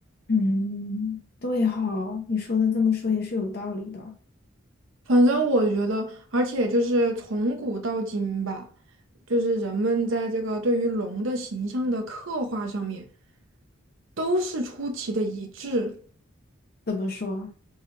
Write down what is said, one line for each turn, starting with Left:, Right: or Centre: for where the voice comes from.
Left: 嗯，对哈，你说的这么说也是有道理的。
Right: 反正我觉得，而且就是从古到今吧，就是人们在这个对于龙的形象的刻画上面，都是出奇的一致。
Left: 怎么说？